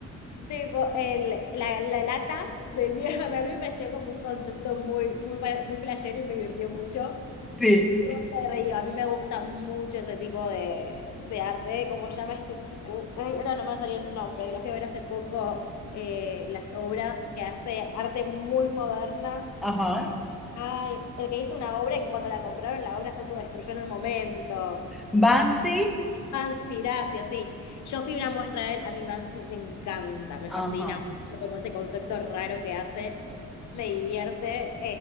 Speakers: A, on the left; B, in the centre.
A: tipo, el, la, la lata de mierda, para mí me pareció como un concepto muy, muy, fa- muy flashero y me divirtió mucho.
B: Sí.
A: Yo me reí, A mí me gusta mucho ese tipo de, de arte, como llama este chico. Ay, ahora no me salió el nombre, que lo fui a ver hace poco, eh, las obras que hace arte muy moderna.
B: Ajá.
A: Ay, el que hizo una obra que cuando la compraron, la obra se autodestruyó en el momento.
B: Banksy.
A: Vansiracia, sí. Yo fui una muestra de él, a mí Bansky me encanta, me
B: Ajá.
A: fascina mucho como ese concepto raro que hace, me divierte.